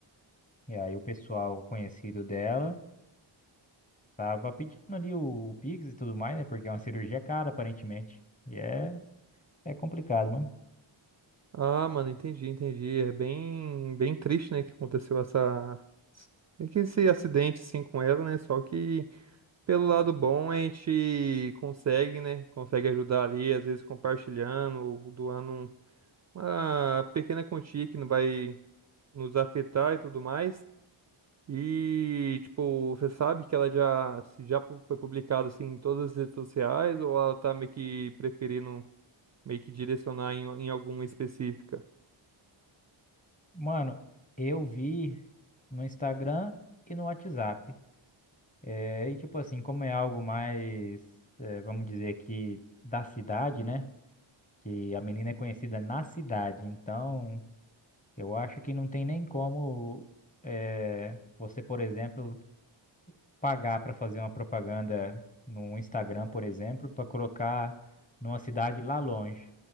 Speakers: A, on the left; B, on the right.
A: E aí o pessoal conhecido dela tava pedindo ali o, o Pix e tudo mais, né? Porque é uma cirurgia cara, aparentemente. E é, é complicado, mano.
B: Ah, mano, entendi, entendi. É bem, bem triste, né, que aconteceu essa, meio que esse acidente, assim, com ela, né? Só que pelo lado bom a gente consegue, né? Consegue ajudar ali, às vezes compartilhando ou doando um- uma pequena quantia que não vai nos afetar e tudo mais. E, tipo, você sabe que ela já, se já pu- foi publicada, assim, em todas as redes sociais ou ela tá meio que preferindo meio que direcionar em, em alguma específica?
A: Mano, eu vi no Instagram e no WhatsApp. Eh, e tipo assim, como é algo mais, eh, vamos dizer que da cidade, né? Que a menina é conhecida na cidade, então. Eu acho que não tem nem como eh, você, por exemplo, pagar para fazer uma propaganda no Instagram, por exemplo, para colocar numa cidade lá longe.